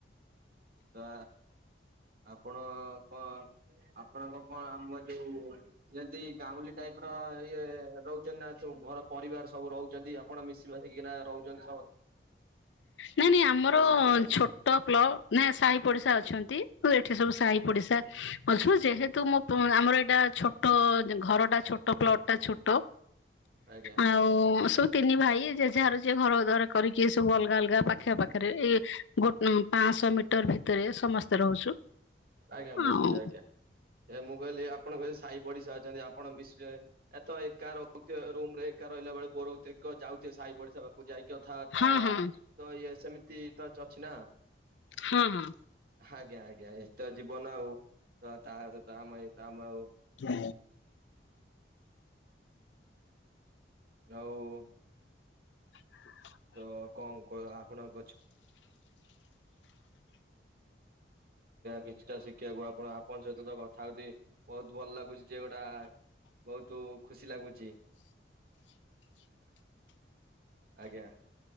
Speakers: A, on the right; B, on the left.
A: ତ ଆପଣ କଁ ଆପଣଙ୍କ କଁ ଆମ ଯୋଉ ଯେମିତି ଗାଉଁଲି ଟାଇପର ଇଏ ରହୁଚନ୍ତିନା ସବୁ ଘର ପରିବାର ସବୁ ରହୁଚନ୍ତି ଆ ଆପଣ ମିଶିମାଶିକିନା ରହୁଚନ୍ତି ସମେ
B: ନାଇଁ ନାଇଁ ଆମର
A: ଅଛନ୍ତି
B: ଛୋଟ ପ୍ଲ ନା ସାହି ପଡିଶା ଅଛନ୍ତି। ଆଉ ଏଠି ସବୁ ସାହି ପଡିଶା ଅଛୁ। ଯେହେତୁ ମୋ ଆମର ଏଟା ଛୋଟ ଘରଟା ଛୋଟ ପ୍ଲଟ ଟା ଛୋଟ।
A: ଆଜ୍ଞା
B: ଆଉ ସବୁ ତିନି ଭାଇ ଜେଝାର ଯିଏ ଘର ଦ୍ୱାର କରିକି ସବୁ ଅଲଗା ଅଲଗା ଗାଁ ପାଖିଆପାଖରେ ଏଇ ଗୋ ପାଞ୍ଚଶହ ମିଟର ଭିତରେ ସମସ୍ତେ ରହୁଛୁ।
A: ଆଜ୍ଞା ବୁଝୁଛି
B: ଆଉ
A: ଆଜ୍ଞା ଯେ ମୁଁ କହିଲି ଆପଣ କହିଲେ ସାହି ପଡିଶା ଅଛନ୍ତି ଆପଣ ମିଶୁଚନ୍ତି। ଏଟା ତ ଏକା ରହୁଥିବେ ରୁମରେ ଏକା ରହିଲା ବେଳ <unintelligible> ଏକା ରହିଲେ ଯାଉଥିବେ ସାହି ପଡିଶା ପା ଓ ଯାଇକି ଅଥାବାର୍ତ୍ତା
B: ହଁ
A: ହବା
B: ହଁ
A: ତ ଇଏ ସେମିତି ତ ଚ ଅଛି ନା।
B: ହଁ ହଁ।
A: ଆଜ୍ଞା ଆଜ୍ଞା ଏଇତ ଜୀବନ ଆଉ ତ ତା ସହିତ ଆମେ ଏ ତ ଆମ ଆଉ
B: ହ
A: <unintelligible>
B: ହ
A: <unintelligible> ସେଇରା କିଛିଟା ଶିଖିବାକୁ ଆପଣ ଆପଣଙ୍କ ସହିତ ତ କଥା ହୁଅନ୍ତି। ବୋହୁତୁ ଭଲ ଲାଗୁଚି ଯୋଉଡା ବୋହୁତୁ ଖୁସି ଲାଗୁଛି। ଆଜ୍ଞା।